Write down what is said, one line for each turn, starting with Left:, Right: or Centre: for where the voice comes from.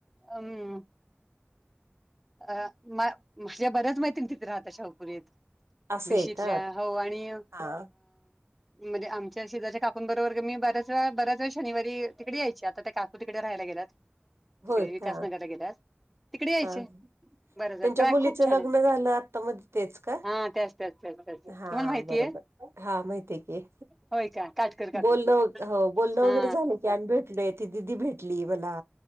Centre: अम अ म्ह माझ्या बर्याच मैत्रिणी तिथे राहता शाहूपुरीत
Right: असं
Centre: भीशीतल्या
Right: आहे का
Centre: हो आणि अ
Right: हा
Centre: म्हणजे आमच्या शिजाच्या काकूंबरोबर मी बऱ्याच वळा बऱच वेळा शनिारी तिकडे यायची आता त्या काकू तिकडे राहायला गेल्यात
Right: होय
Centre: तिकडे विकास
Right: का?
Centre: नगरला गेल्यात तिकडे यायचे
Right: हा.
Centre: बरं बर
Right: त्यांच्या
Centre: ट्रॅक
Right: मुलीच
Centre: खूप
Right: लग्न
Centre: छान आहे
Right: झालं आता मध्ये तेच का
Centre: हा त्याच त्याच त्याच त्याच
Right: हा
Centre: तुम्हाला माहितीय
Right: बरोबर हा माहितीय की,
Centre: होय का काटकर काकू
Right: बोलणं हो बोलणं
Centre: हा
Right: वगैरे झालं कॅन भेटले ती दिदी भेटली मला